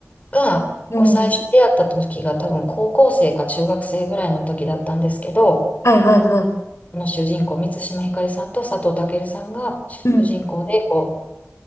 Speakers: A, on the left; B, on the left.
A: が、
B: うん。
A: こう最初出会った時が多分高校生か中学生ぐらいの時だったんですけど、
B: はいはいはい。
A: この主人公、満島ひかりさんと佐藤健さんが主人公で、
B: うん。
A: こう、